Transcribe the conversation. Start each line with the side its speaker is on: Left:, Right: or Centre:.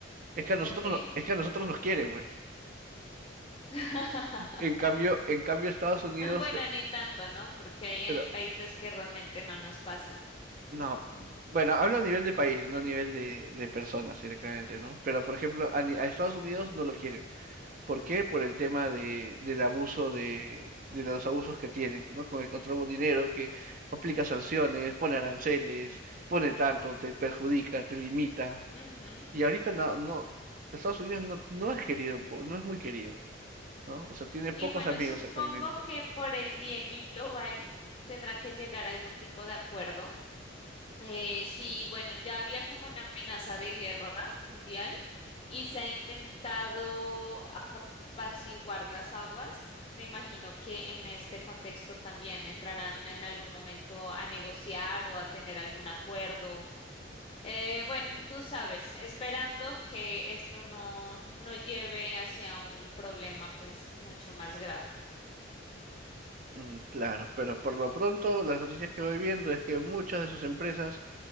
Right: es que a nosotros,
Left: Ok.
Right: no- es que a nosotros nos quieren, pues.
Left: <laughs>
Right: En cambio, en cambio Estados Unidos
Left: Bueno, ni tanto, ¿no? Porque hay
Right: Pero,
Left: en países que realmente no nos pasan.
Right: no, bueno, hablo a nivel de país, no a nivel de, de personas directamente, ¿no? Pero, por ejemplo, a, ni- a Estados Unidos no lo quieren. ¿Por qué? Por el tema de, del abuso de, de los abusos que tienen, ¿no? Con el control de dinero que aplica sanciones, pone aranceles, pone tanto, te perjudica, te limita.
Left: Ujú.
Right: Y ahorita no, no, Estados Unidos no, no es querido, po- no es muy querido, ¿no? O sea, tiene pocos
Left: Y bueno,
Right: amigos
Left: supongo
Right: actualmente.
Left: que por el bien global tendrán que llegar a algún tipo de acuerdo. Eh, sí, bueno, ya había como una amenaza de guerra mundial y se ha intentado a- apaciguar las aguas. Me imagino que en este contexto también entrarán en algún momento a negociar o a tener algún acuerdo. Eh, bueno, tú sabes, esperando que esto no, no lleve hacia un problema pues mucho más grave.
Right: Mm, Claro, pero por lo pronto las noticias que voy viendo es que muchas de sus empresas